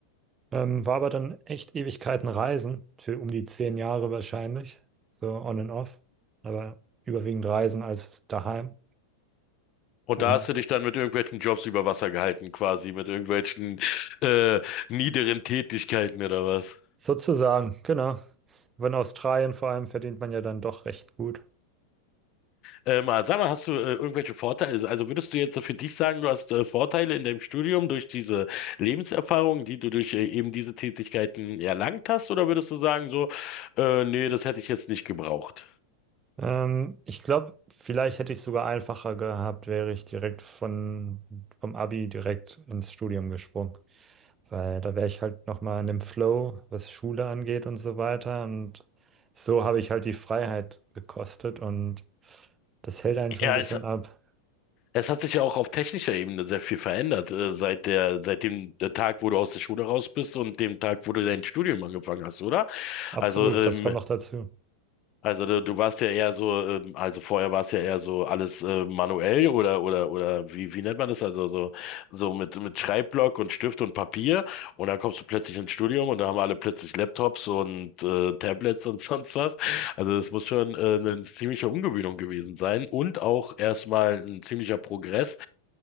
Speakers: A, on the right; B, on the left.
A: ähm, war aber dann echt Ewigkeiten reisen, für um die zehn Jahre wahrscheinlich, so on and off, aber überwiegend reisen als daheim.
B: Und
A: Und
B: da hast du dich dann mit irgendwelchen Jobs über Wasser gehalten, quasi, mit irgendwelchen äh, niederen Tätigkeiten oder was?
A: Sozusagen, genau. Aber in Australien vor allem verdient man ja dann doch recht gut.
B: Ähm, aber sag mal, hast du äh, irgendwelche Vorteile? Also also würdest du jetzt so für dich sagen, du hast äh, Vorteile in deinem Studium durch diese Lebenserfahrung, die du durch äh, eben diese Tätigkeiten erlangt hast, oder würdest du sagen so, äh, nee, das hätte ich jetzt nicht gebraucht?
A: Ähm, ich glaube, vielleicht hätte ich es sogar einfacher gehabt, wäre ich direkt von, vom Abi direkt ins Studium gesprungen. Weil da wäre ich halt nochmal in dem Flow, was Schule angeht und so weiter. Und so habe ich halt die Freiheit gekostet und das hält einen schon
B: Ja,
A: ein bisschen
B: es,
A: ab.
B: es hat sich ja auch auf technischer Ebene sehr viel verändert, äh, seit der, seit dem der Tag, wo du aus der Schule raus bist und dem Tag, wo du dein Studium angefangen hast, oder?
A: Absolut,
B: Also ähm,
A: das kommt noch dazu.
B: Also du, du warst ja eher so, ähm, also vorher war es ja eher so alles äh, manuell oder oder oder wie wie nennt man das? Also so so mit mit Schreibblock und Stift und Papier und dann kommst du plötzlich ins Studium und da haben alle plötzlich Laptops und äh, Tablets und <laughs> sonst was. Also das muss schon äh, eine ziemliche Umgewöhnung gewesen sein und auch erstmal ein ziemlicher Progress